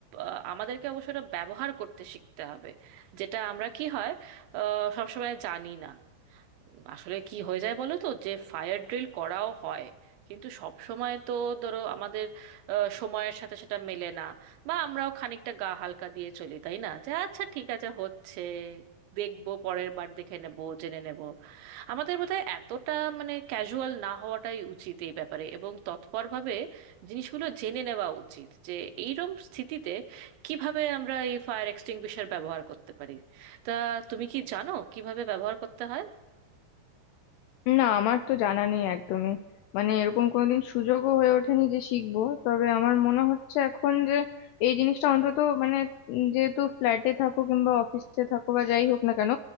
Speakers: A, on the right; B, on the left.
A: আহ, আমাদেরকে অবশ্য এটা ব্যবহার করতে শিখতে হবে যেটা আমরা কি হয় আহ, সবসময় জানি না আসলে কি হয়ে যায় বলো তো যে ফায়ার ড্রিল করাও হয় কিন্তু সব সময় তো ধরো আমাদের আহ, সময়ের সাথে সেটা মেলে না বা আমরাও খানিকটা গা হালকা দিয়ে চলি তাই না যে আচ্ছা ঠিক আছে হচ্ছে দেখবো পরের বার দেখে নেব জেনে নেব আমাদের বোধহয় এতটা মানে ক্যাজুয়াল না হওয়াটাই উচিত এই ব্যাপারে এবং তৎপরভাবে জিনিসগুলো জেনে নেওয়া উচিত যে এইরকম স্থিতিতে কিভাবে আমরা এই ফায়ার এক্সটিংগুইশার ব্যবহার করতে পারি তা তুমি কি জানো কিভাবে ব্যবহার করতে হয়
B: না আমার তো জানা নেই একদমই মানে এরকম কোনোদিন সুযোগও হয়ে ওঠেনি যে শিখবো তবে আমার মনে হচ্ছে এখন যে এই জিনিসটা অন্তত মানে উম যেহেতু ফ্ল্যাটে থাকো কিংবা অফিসে থাকো বা যাই হোক না কেন